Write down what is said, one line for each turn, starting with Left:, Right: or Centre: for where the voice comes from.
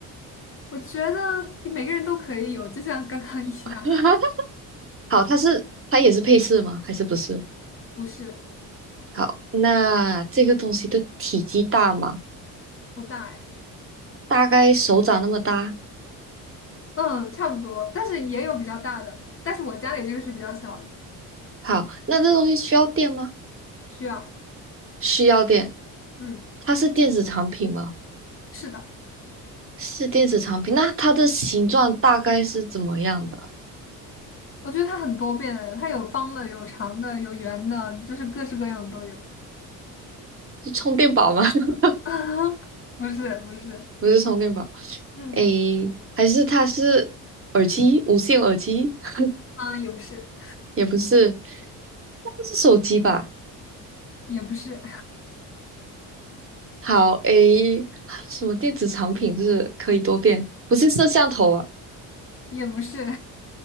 Left: 我觉得每个人都可以有，就像刚刚 <laughs> 一样，
Right: <laughs> 好，它是它也是配饰吗？还是不是？
Left: <laughs> 不是
Right: 好，那这个东西的体积大吗？
Left: 不大哎，
Right: 大概手掌那么大。
Left: 嗯，差不多，但是也有比较大的，但是我家里这个是比较小的，
Right: 好，那这东西需要电吗？
Left: 需要，
Right: 需要店，
Left: 嗯，
Right: 它是电子产品吗？
Left: 是的，
Right: 是电子产品，那它的形状大概是怎么样的啊？
Left: 我觉得它很多变的，它有方的，有长的，有圆的，就是各式各样的都有。
Right: 是充电宝吗？<laughs>
Left: <laughs> 不是，不是，
Right: 不是充电宝，
Left: 嗯，
Right: 诶，还是它是耳机，无线耳机？<laughs>
Left: 啊，也不是，
Right: 也不是，那不是手机吧？
Left: 也不是，
Right: 好，诶，<laughs> 什么电子产品就是可以多变？不是摄像头啊？
Left: 也不是。